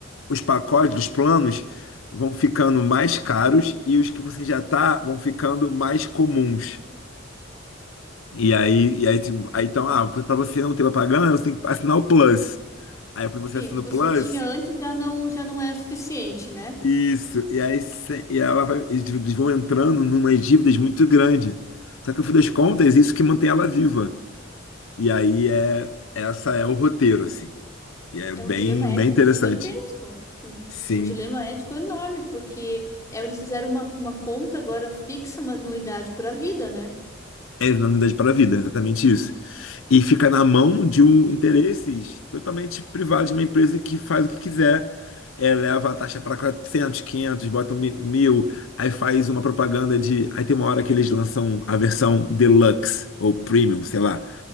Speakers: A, on the left (about 75°); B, on the left (about 15°).
A: Os pacotes os planos vão ficando mais caros e os que você já tá vão ficando mais comuns. E aí, e aí, tipo, aí então, ah, para você não ter propaganda, você tem que assinar o Plus. Aí quando você
B: Sim,
A: assina
B: o que
A: o
B: você
A: Plus,
B: tinha antes já não, já não é suficiente, né?
A: isso. E aí cê- e ela vai, eles vão entrando numas dívidas muito grandes. Só que no fim das contas, isso que mantém ela viva. E aí é essa é o roteiro assim. E é
B: É
A: bem
B: um dilema ético
A: bem interessante.
B: gigantesco. Um,
A: Sim.
B: um dilema ético enorme, porque é, eles fizeram uma, uma conta agora fixa, uma anuidade para a vida, né?
A: É na unidade para a vida, é exatamente isso. E fica na mão de um interesses totalmente privados de uma empresa que faz o que quiser. É, leva a taxa para 400 500 botam mi- mil, aí faz uma propaganda de. Aí tem uma hora que eles lançam a versão deluxe ou premium, sei lá.